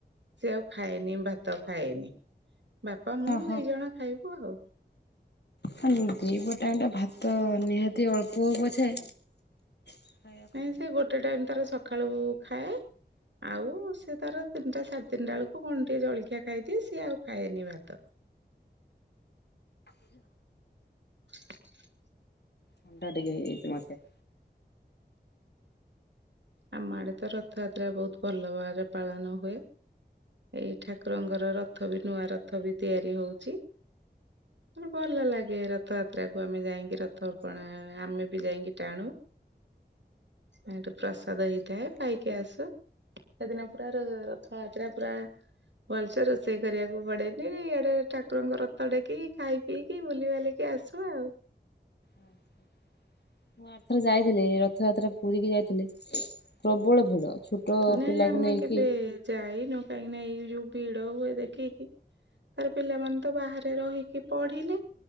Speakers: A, on the right; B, on the left.
A: ସେ ଆଉ ଖାଏନି ଭାତ ଖାଏନି, ବାପା ମୁଁ
B: ଓହୋ
A: ଦି ଜଣ ଖାଇବୁ ଆଉ।
B: ଦିପହର ଟାଇମ ଟା ଭାତ ନିହାତି ଅଳ୍ପ ହଉ ପଛେ। ଖାଇବା କଥା।
A: ନାଇଁ ସେ ଗୋଟେ ଟାଇମ ତାର ସକାଳୁ ଖାଏ ଆଉ ସି ତାର ତିନିଟା ସାଢେ ତିନିଟା ବେଳକୁ କଣ ଟିକେ ଜଳଖିଆ ଖାଇଦିଏ ସିଏ ଆଉ ଖାଏନି ଭାତ। <inaudible>
B: ଥଣ୍ଡା ଟିକେ ହେଇଛି ମତେ।
A: ଆମ ଆଡେ ତ ରଥଯାତ୍ରା ବହୁତ ଭଲ ଭାବରେ ପାଳନ ହୁଏ। ଏଇ ଠାକୁରଙ୍କର ରଥ ବି ନୂଆ ରଥ ବି ତିଆରି ହଉଛି। ମାନେ ଭଲ ଲାଗେ ରଥଯାତ୍ରା କୁ ଆମେ ଯାଇକି ରଥ ଅପଣ ଆମେ ବି ଯାଇକି ଟାଣୁ। ମିଣ୍ଟ ପ୍ରସ ପ୍ରସାଦ ହେଇଥାଏ ପାଇକି ଆସୁ ସେଦିନ ପୁରା ର ରଥଯାତ୍ରା ପୁରା ଭଲସେ ରୋଷେଇ କରିବାକୁ ପଡେନି ଇଆଡେ ଠାକୁରଙ୍କ ରଥ ଡେକିକି ଖାଇ ପି କି ବୁଲିବାଲିକି ଆସୁ ଆଉ।
B: ଆ ସ ମୁଁ ଆରଥର ଯାଇଥିଲି ରଥଯାତ୍ରା ପୁରୀକି ଯାଇଥିଲି ପ୍ରବଳ ଭିଡ ଛୋଟ
A: ନାଇଁ
B: ପିଲାକୁ
A: ଆମେ
B: ନେଇକି
A: କେବେ ଯାଇନୁ କାହିଁକି ନା ଏଇ ଯୋଉ ଭିଡ ହୁଏ ଦେଖିକି ତାର ପିଲାମାନେ ତ ବାହାରେ ରହିକି ପଢିଲେ